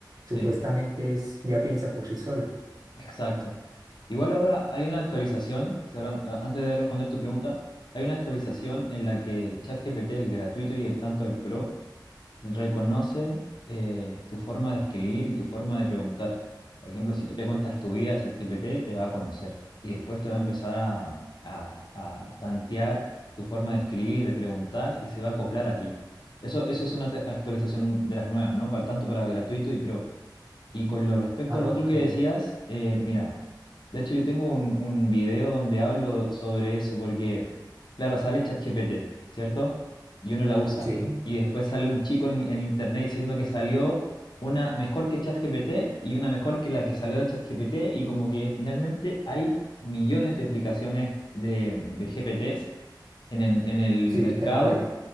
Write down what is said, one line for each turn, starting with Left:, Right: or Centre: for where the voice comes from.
Right: supuestamente
Left: Sí,
Right: es, ya piensa por sí sola.
Left: exacto. Igual ahora hay una actualización, cerran- a- antes de responder tu pregunta, hay una actualización en la que ChatGPT, el gratuito y el tanto el pro, reconocen eh, tu forma de escribir y tu forma de preguntar. Por ejemplo, si tú le cuentas tu vida a ChatGPT, te va a conocer y después te va a empezar a, a- a tantear tu forma de escribir, de preguntar y se va a acoplar a ti. Eso, eso es una te- actualización de las nuevas, ¿no? Para, tanto para gratuito y pro. Y con lo respecto
Right: Ah,
Left: a lo otro
Right: ok.
Left: que decías, eh, mira. De hecho, yo tengo un, un video donde hablo sobre eso, porque, claro, sale ChatGPT, ¿cierto? Y uno la usa.
Right: Sí,
Left: Y después sale un chico en, en internet diciendo que salió una mejor que ChatGPT y una mejor que la que salió de ChatGPT. Y como que finalmente hay millones de aplicaciones de, de GPTs en el, en el
Right: sí,
Left: mercado
Right: tal cual.